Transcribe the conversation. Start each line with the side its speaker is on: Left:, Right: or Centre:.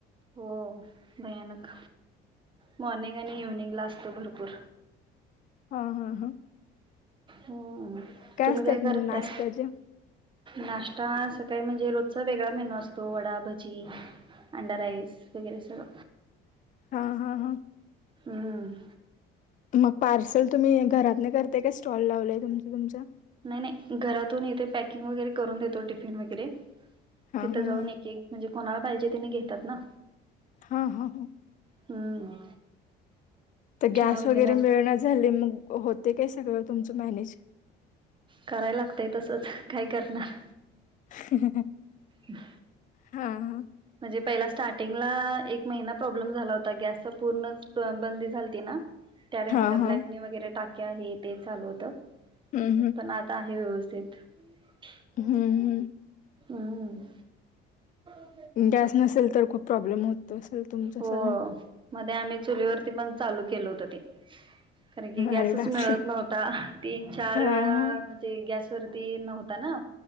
Right: हो भयानक मॉर्निंग आणि इव्हनिंग ला असत. भरपूर
Left: हा हा हा.
Right: हो तुम्ही
Left: असतात
Right: काय करताय.
Left: मग नाश्त्याचे
Right: नाश्ता सकाळी म्हणजे रोजचा वेगळा मेनू असतो वडाभजी, अंड राईस वगैरे सगळ
Left: हा हा हा.
Right: हम्म.......
Left: मग पार्सल तुम्ही घरात नाही करताय का स्टॉल लावलाय तुमच तुमच
Right: नाही नाही घरातून इथे पॅकिंग वगैरे करून देतो टिफिन वगैरे
Left: हा
Right: तिथं
Left: हा
Right: जाऊन
Left: हा
Right: एक एक म्हणजे कोणाला पाहिजे तिने घेतात ना
Left: हा हा ह
Right: हम्म
Left: तर गॅस
Right: चहा
Left: वगैरे
Right: असतो
Left: मिळण झाले मग होते काय सगळं तुमचं मॅनेज
Right: कराय लागतय तसच काय करणार
Left: ह
Right: ह
Left: हा हा
Right: म्हणजे पहिला स्टार्टिंगला एक महिना प्रॉब्लेम झाला होता गॅस पूर्ण बंदी झालती ना त्या टायमला
Left: हा हा
Right: ब्लॅकनी वगैरे टाक्या हे ते चालू होतं
Left: हम्म
Right: पण आता आहे व्यवस्थित सथ <unintelligible>
Left: हम्म हम्म
Right: हम <unintelligible>
Left: गॅस नसेल तर खूप प्रॉब्लेम होत असेल तुमचा
Right: हो
Left: सगळा
Right: मध्ये आम्ही चुलीवरती पण चालू केलं होत ते कारण की गॅसच
Left: अरे बापरे
Right: मिळत नव्हता तीन चार
Left: हा
Right: वेळा
Left: हा
Right: म्हणजे गॅस तर ते नव्हाता ना